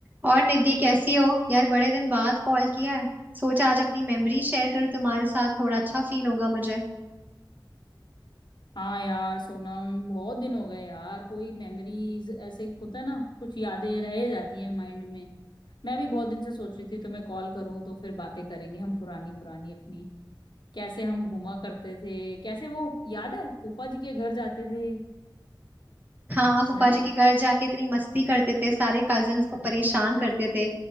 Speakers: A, on the right (about 20°); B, on the left (about 65°).
A: और निधि कैसी हो यार बड़े दिन बाद कॉल किया है सोचा आज अपनी मेमोरी शेयर करूं तुम्हारे साथ थोड़ा अच्छा फील होगा मुझे
B: हाँ यार सोनम बहुत दिन हो गए यार कोई मेमोरीज ऐसे होता है ना कुछ यादें रह जाती हैं माइंड में मैं भी बहुत दिन से सोच रही थी तुम्हें कॉल करूं तो फिर बातें करेंगे हम पुरानी पुरानी अपनी कैसे हम घूमा करते थे कैसे वो याद है फूफा जी के घर जाते थे
A: हाँ फूफा
B: ध्यान
A: जी
B: है
A: के घर जाके इतनी मस्ती करते थे सारे कजिन्स को परेशान करते थे